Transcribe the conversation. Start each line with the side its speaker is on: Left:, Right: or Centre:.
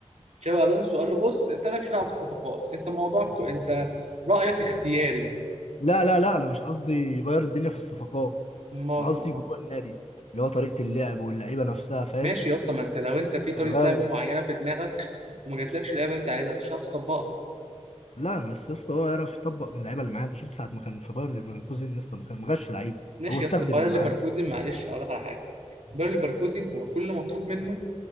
Right: تشابي الونسو قال له بص انت مالكش دعوه بالصفقات انت موضوعك انت رايك اختياري
Left: لا لا لا انا مش قصدي يغير الدنيا في الصفقات
Right: ما
Left: انا قصدي
Right: ما هو
Left: جوه النادي اللي هو طريقه اللعب واللعيبه نفسها فاهم
Right: ماشي يا اسطى ما انت لو انت في طريقه
Left: هيغير
Right: لعب معينه في دماغك وما جاتلكش اللعبه اللي انت عايزها مش هتعرف تطبقها
Left: لا بس يا اسطى هو يعرف يطبق من اللعيبه اللي معاه انت شفت ساعه ما كان في باير ليفركوزن يا اسطى ما كان ما جابش لعيبه
Right: ماشي
Left: هو استخدم
Right: يا اسطى باير
Left: اللي
Right: ليفركوزن
Left: معاه
Right: معلش هقول لك على حاجه باير ليفركوزن هو كل اللي مطلوب منه